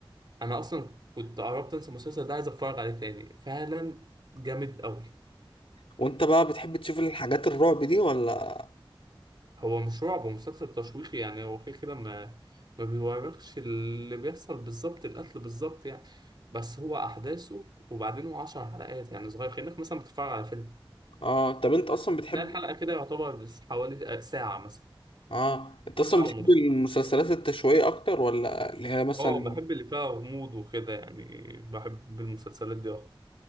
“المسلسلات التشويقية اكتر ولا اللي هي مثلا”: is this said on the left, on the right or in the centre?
Left